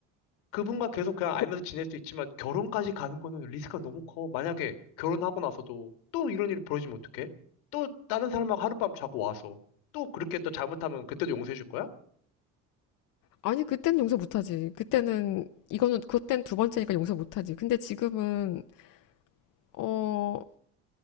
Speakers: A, on the left; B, on the left.
A: 그분과 계속 그냥 알면서
B: 그,
A: 지낼 수 있지만, 결혼까지 가는 거는 리스크가 너무 커. 만약에 결혼하고 나서도 또 이런 일이 벌어지면 어떡해? 또 다른 사람하고 하룻밤 자고 와서, 또 그렇게 또 잘못하면 그때도 용서해 줄 거야?
B: 아니, 그때는 용서 못하지. 그때는, 이거는, 그땐 두 번째니까 용서 못하지. 근데 지금은, 어,